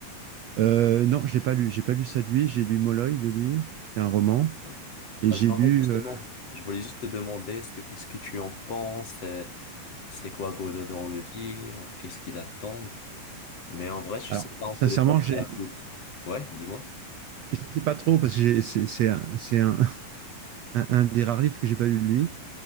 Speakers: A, on the right; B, on the left.
A: Euh, non, j'ai pas lu. J'ai pas lu ça de lui. J'ai lu Molloy de lui. C'était un roman.
B: Non.
A: Et
B: Parce
A: j'ai
B: qu'en
A: lu.
B: fait, justement,
A: euh,
B: je voulais juste te demander, est-ce que, qu'est-ce que tu en penses? euh, C'est quoi Godot dans le livre? Qu'est-ce qu'il attend? Mais en vrai, je
A: alors,
B: sais pas, on
A: sincèrement,
B: peut le faire
A: j'ai-
B: à la suite. Ouais, dis-moi.
A: je ne sais pas trop parce que j'ai- c'est c'est un, c'est un- <laughs> un- un des rares livres que j'ai pas lu de lui.